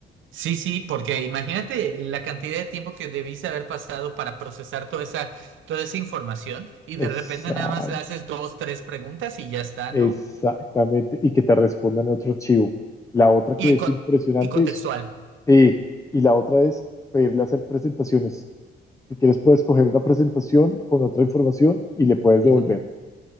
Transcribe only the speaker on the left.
Exac-
exactamente.
Y que te respondan en otro archivo. La otra que
es
impresionante
es, sí, y la otra es pedirle hacer presentaciones. Si quieres, puedes coger una presentación con otra información y le puedes
devolver.